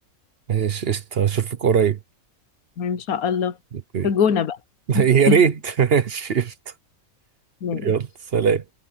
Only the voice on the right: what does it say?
ماشي قشطة أشوفك قريب
أوكي.
<laughs>
يا ريت ماشي قشطة
يلا سلام